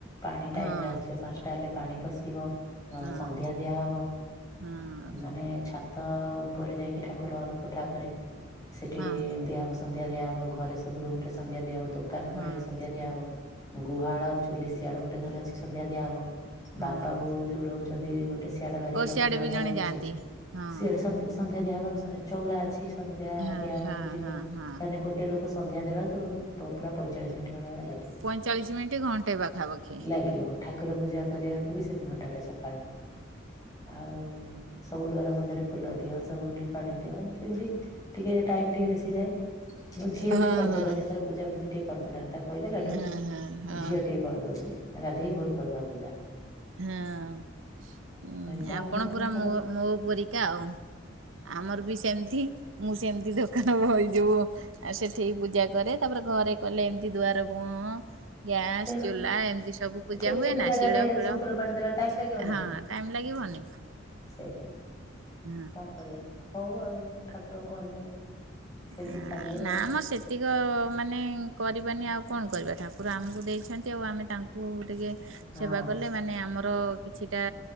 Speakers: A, on the left; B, on the right.
A: ପାଣି ଟାଇମ
B: ହଁ।
A: ରେ ଆସିଯିବ ପାଞ୍ଚଟା ହେଲେ ପାଣି ପଶିବ। ଅ
B: ହଁ
A: ସନ୍ଧ୍ୟା ଦିଆହବ,
B: ହଁ
A: ମାନେ ଛା ତ ଉପରେ ଯାଇକି ଠାକୁର ଘର କୋଠା ଉପରେ। ସେଠି
B: ହଁ
A: ଏମତିଆ ହବ ସନ୍ଧ୍ୟା ଦିଆହବ ଘରେ ସବୁ ରୁମ ରେ ସନ୍ଧ୍ୟା ଦିଆ ହବ ଦୁ କାନ
B: ହଁ
A: ଘରେ
B: ହଁ
A: ସନ୍ଧ୍ୟା ଦିଆ ହବ ଗୁହାଳ ଚୁଲି ସିଆଡ ଗୋଟେ ଘରେ ଅଛି ସନ୍ଧ୍ୟା ଦିଆହବ।
B: ହଁ।
A: ବାପା ବୋଉ ଯୋଉ ରହୁଛନ୍ତି ଗୋଟେ ସିଆଡେ ବାରିଆଡେ
B: ଓ ସିଆଡେ
A: ଗୋଟେ ନୂଆ
B: ବି
A: ଘର
B: ଜଣେ
A: ହେଇଛି
B: ଯାଆନ୍ତି ହଁ
A: ସିଆଡେ ସନ୍ଧ୍ ସନ୍ଧ୍ୟା ଦିଆ ହବାକୁ ସ ଚଉରା ଅଛି ସନ୍ଧ୍ୟା
B: ହଁ
A: ଦିଆ ହେବାକୁ
B: ହଁ
A: ଯିବ
B: ହଁ ହଁ।
A: ତାହେନେ ଗୋ ଗୋଟେ ଲୋକ ସନ୍ଧ୍ୟା ଦେଲାବେଳେକୁ ତାକୁ ପୁ ପୁ ପୁରା ପଇଁଚାଳିଶ ମିନିଟ ଖଣ୍ଡେ <unintelligible>
B: ପଇଁଚାଳିଶି ମିନିଟ ଘଣ୍ଟେ ପାଖାପାଖି।
A: ଲାଗିବ ଠାକୁର ପୂଜା କରିବାକୁ ବି ସେଥି ଘଣ୍ଟାଟେ ସଖାଳେ। ଆଉ ସବୁ ଦୁଆର ବନ୍ଧରେ ଫୁଲ ଦିଅ ସବୁଠି ପାଣି ଦିଅ ଏମିତି ଏମିତି ଟିକେ ଟାଇମ ଟିକେ ବେଶି ଯାଏ ମୋ ଝିଅ
B: ହଁ
A: ବି କରିଦେଲାଣି
B: ହଁ।
A: ଏଥର ପୂଜା ପୂଜି ଟିକେ କରିଦେଲାଣି ତାକୁ କହିଦେଲାଠୁ
B: ହଁ ହଁ ହଁ
A: ଝିଅ ଟିକେ କରିଦଉଛି ଗାଧେଇ ଭୋର କରିଦବା ପୂଜା।
B: ହଁ। ହୁଁ
A: ଯା
B: ଆପଣ
A: ମାନେ
B: ପୁରା
A: ତାଙ୍କର
B: ମୋ ମୋ ପରରିକା ଆଉ ଆମର ବି ସେମିତି ମୁଁ ସେମିତି ଦୋକାନ <unintelligible> ଯୋଉ ଆଉ ସେଠିକି ପୂଜା କରେ ତାପରେ ଘରେ କଲେ ଏମିତି ଦୁଆର ମୁଁହ ଗ୍ୟାସ
A: ସେଇ ବା
B: ଚୁଲା ଏମିତି ସବୁ ପୂଜା
A: କେତେ
B: ହୁଏ
A: କେତେ
B: ନା
A: ଜାଗାରେ
B: ଶିଳ ଫିଳ
A: ସବୁ ଫୁଲ ପାଣି ଦେଲାବେଳକୁ ଟାଇମ୍ ଲାଗିବ ନା
B: ହଁ
A: ନାଇଁ
B: ଟାଇମ ଲାଗିବନି
A: ସେଇୟା।
B: ହଁ
A: କଣ କରିବା ହଉ ଆଉ ଠାକୁରଙ୍କୁ ଅନେଇ ସେମିତି
B: ଆଁ
A: ଚାଲିବ
B: ନା ମ ସେ ତିକ ମାନେ କରିବାନି ଆଉ କଣ କରିବା ଠାକୁର ଆମକୁ ଦେଇଛନ୍ତି ଆଉ ଆମେ ତାଙ୍କୁ ଟିକେ
A: ଆଉ
B: ସେବା
A: ହଁ।
B: କଲେ ମାନେ ଆମର କିଛିଟା